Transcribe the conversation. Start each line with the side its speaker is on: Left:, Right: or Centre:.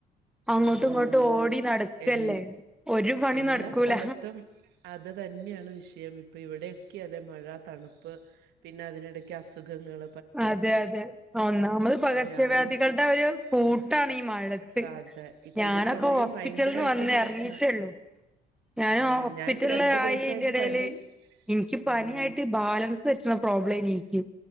Centre: അങ്ങോട്ടും
Right: ആഹ്
Centre: ങ്ങോട്ടും ഓടി നടക്കല്ലേ
Right: എൽ
Centre: ഒരു പണിം
Right: എല്ലാ
Centre: നട്ക്കൂല
Right: സ്ഥലത്തും അത് തന്ന്യാണ് വിഷയം ഇപ്പ ഇവിട്യോക്കെ തെ മഴ തണുപ്പ് പിന്നതിനിടക്ക് അസുഖങ്ങൾ
Centre: അതെ അതെ ഒന്നാമ്മത് പകർച്ചവ്യാധികൾടെ
Right: ഞാനും
Centre: ഒരു കൂട്ടാണ്
Right: ആഹ്
Centre: ഈ മഴത്ത്
Right: സാധ ഇപ്പൊ
Centre: ഞാനൊക്കെ
Right: ഈ സമയം
Centre: ഹോസ്പിറ്റൽന്ന്
Right: ഭയങ്കരായിട്ടും
Centre: വന്ന്
Right: പ്രശ്ന
Centre: എർങ്ങീട്ടേള്ളു ഞാന്
Right: ആഹ്
Centre: ഹോസ്പിറ്റൽ
Right: ഞാനിപ്പോ രണ്ട്
Centre: ലായി
Right: ദിവസായിട്ട്
Centre: അയ്ന്റെടേല്
Right: പനി
Centre: ഇന്ക്ക്
Right: ഉം
Centre: പന്യായിട്ട് ബാലൻസെറ്റ്ണ പ്രോബ്ലേനിൻക്ക്